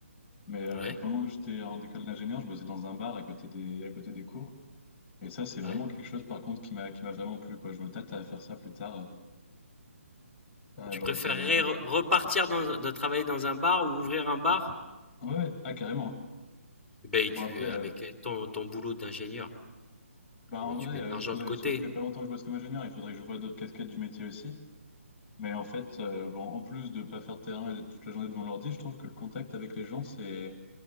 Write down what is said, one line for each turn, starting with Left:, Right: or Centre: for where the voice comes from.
Left: mais euh,
Centre: ouais,
Left: pendant que j'étais en école d'ingénieur, je bossais dans un bar à côté des, à côté des cours. Et ça, c'est vraiment
Centre: ouais.
Left: quelque chose, par contre, qui m'a qui m'a vraiment plu, quoi. Je me tâte à faire ça plus tard. Ah,
Centre: Tu
Left: genre,
Centre: préférerais
Left: c'est le- le-
Centre: re repartir dans un de travailler dans un bar ou ouvrir un bar?
Left: Ouais, ouais, ah, carrément. hein.
Centre: Ben tu
Left: Bon, après,
Centre: avec
Left: euh,
Centre: ton ton boulot d'ingénieur,
Left: bah,
Centre: ah
Left: en
Centre: bah,
Left: vrai,
Centre: tu mets de
Left: euh,
Centre: l'argent
Left: faudrait...
Centre: de côté.
Left: parce que ça fait pas longtemps que je bosse comme ingénieur, il faudrait que je voie d'autres casquettes du métier aussi. Mais en fait, euh, bon, en plus de pas faire de terrain et d'être toute la journée devant l'ordi, je trouve que le contact avec les gens, c'est